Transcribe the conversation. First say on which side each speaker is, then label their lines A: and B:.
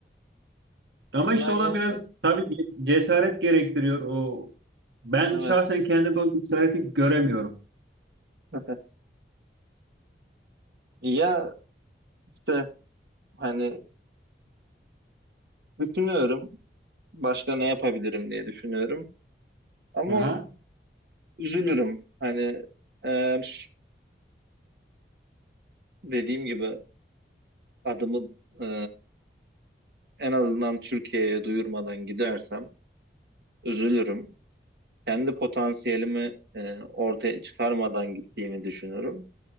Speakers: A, on the right; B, on the right.
A: Ama
B: Yani
A: işte o da biraz tabii ki cesaret gerektiriyor. O ben
B: evet.
A: şahsen kendimde o cesareti göremiyorum.
B: <laughs> Ya işte hani düşünüyorum başka ne yapabilirim diye düşünüyorum ama
A: Aha.
B: üzülürüm hani eğer dediğim gibi adımı e, en azından Türkiye'ye duyurmadan gidersem üzülürüm. Kendi potansiyelimi e, ortaya çıkarmadan gittiğimi düşünürüm.